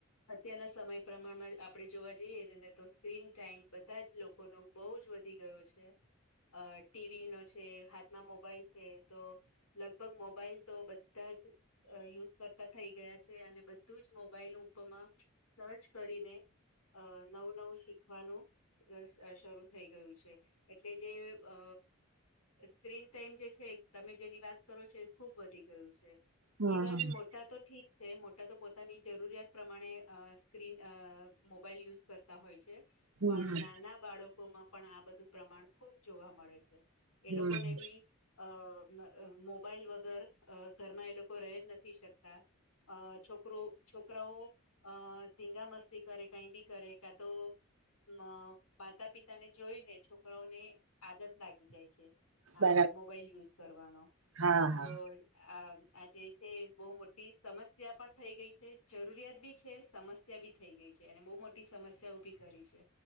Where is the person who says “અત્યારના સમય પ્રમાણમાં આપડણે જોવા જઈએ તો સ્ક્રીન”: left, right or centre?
Left